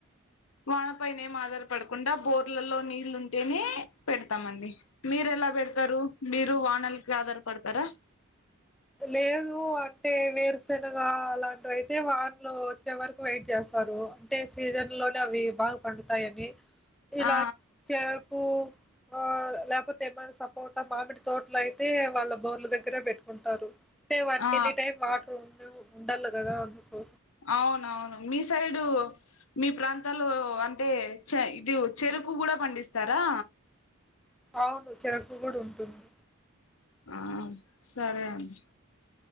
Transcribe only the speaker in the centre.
లేదు అంటే వేరుశెనగా అలాంటి అయితే వాన్లో వచ్చే వరకు వెయిట్ చేస్తారు సీజన్ లోనే అవి బా పండుతాయని ఇలా
చే ఉ ఆ లేకపోతే ఏమన సపోట మామిడి తోటల అయితే వాళ్ళ బోర్ల దగ్గర పెట్టుకుం టారు అంటే వాటికి
ఎనీటైమ్ వాటర్ ఉండళ్ళ కదా అందుకు
అవును చెరకు కూడు ఉంటుంది